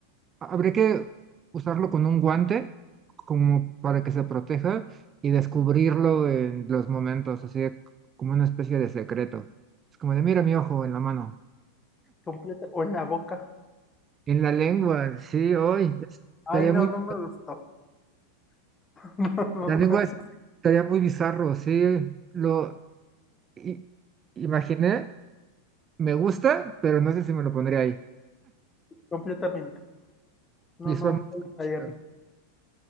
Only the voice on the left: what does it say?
completa o en la boca.
Ay, no,
no me gustó. No, no,
no,
eso
sí, completamente. No,
no me
gustaría
a mí.